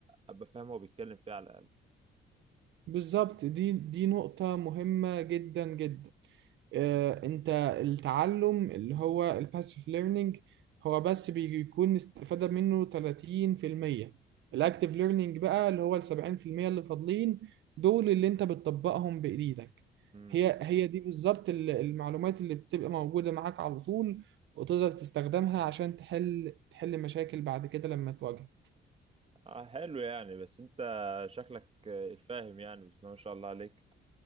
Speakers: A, on the right; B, on the right.
A: ابقى فاهم هو بيتكلم فيها على الاقل
B: بالظبط دي دي نقطة مهمة جدا جدا آه، انت التعلم اللي هو الباسيف ليرنينج هو بس بيكون استفادة منه 30% الاكتيف ليرنينج بقى اللي هو ال 70% اللي فاضلين دول اللي انت بتطبقهم بايديك
A: امم
B: هي هي دي بالظبط ال- المعلومات اللي بتبقى موجودة معاك على طول وتقدر تستخدمها عشان تحل تحل مشاكل بعد كده لما تواجهك
A: آه حلو يعني بس انت شكلك فاهم يعني بس ما شاء الله عليك